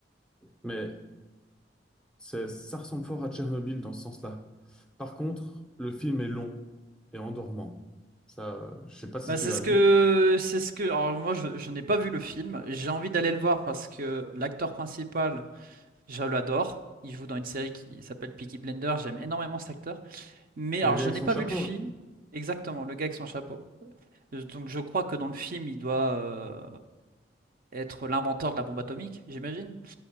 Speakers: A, in the centre; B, on the right.
A: mais c'est- ça ressemble fort à Tchernobyl dans ce sens-là. Par contre, le film est long et endormant. Ça, euh, je sais pas si
B: Bah,
A: tu
B: c'est
A: l'as
B: ce
A: vu.
B: que c'est ce que alors moi je, je n'ai pas vu le film, j'ai envie d'aller le voir parce que l'acteur principal, je l'adore, il joue dans une série qui s'appelle Peaky Blender, j'aime énormément cet acteur. Mais
A: Le
B: alors,
A: gars
B: je
A: avec
B: n'ai
A: son
B: pas
A: chapeau,
B: vu le film exactement, le gars avec son chapeau. Euh, Donc, je crois que dans le film, il doit euh, être l'inventeur de la bombe atomique, j'imagine.